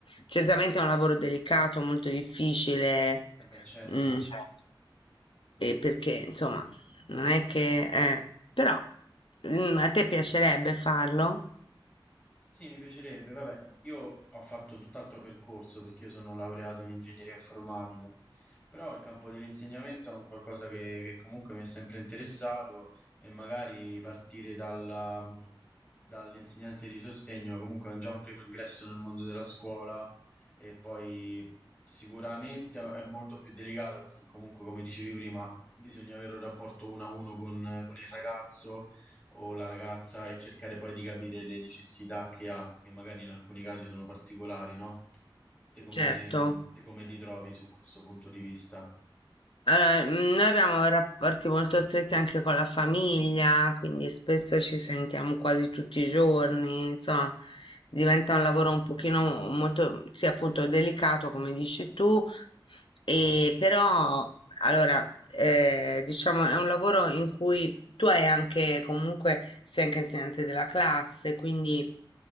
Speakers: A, on the left (about 80°); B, on the left (about 15°).
A: Certamente è un lavoro delicato, molto difficile,
B: vabbè, certo.
A: Ah, mm, certo. e perché insomma non è che... eh, però mm, a te piacerebbe farlo?
B: Sì, mi piacerebbe. Vabbè, io ho fatto tutt'altro percorso perché io sono laureato in ingegneria informatica, però il campo dell'insegnamento è un qualcosa che, che comunque mi è sempre interessato e magari partire dalla- mm, dall'insegnante di sostegno comunque è già un primo ingresso nel mondo della scuola e poi sicuramente è molto più delicato perché comunque, come dicevi prima, bisogna avere un rapporto uno a uno con con il ragazzo o la ragazza e cercare poi di capire le necessità che ha, che magari in alcuni casi sono particolari, no? Te come,
A: Certo.
B: mh, te come ti trovi su questo punto di vista?
A: Allora, mm, noi abbiamo rapporti molto stretti anche con la famiglia, quindi spesso ci sentiamo
B: Ok.
A: quasi tutti i giorni, insomma, diventa un lavoro un pochino molto, sì, appunto, delicato, come dici tu, e
B: Mhm.
A: però, allora, eh, diciamo, è un lavoro in cui tu hai anche, comunque, sei anche insegnante della classe, quindi,